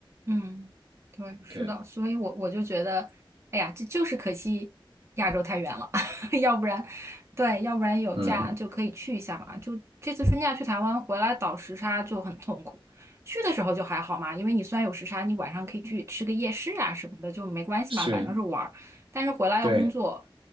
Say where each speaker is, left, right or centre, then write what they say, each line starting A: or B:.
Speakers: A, on the right (about 30°); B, on the right (about 75°).
A: 嗯，对，是的，
B: 对，
A: 所以我我就觉得，哎呀，这就是可惜亚洲太远了，<laughs> 要不然，对，要不然有假就可以去一下嘛。
B: 嗯，
A: 就这次春假去台湾回来倒时差就很痛苦，去的时候就还好嘛，因为你虽然有时差，你晚上可以去吃个夜市啊什么的，就没关系嘛，
B: 是。
A: 反正是玩儿。但是回来要工作，
B: 对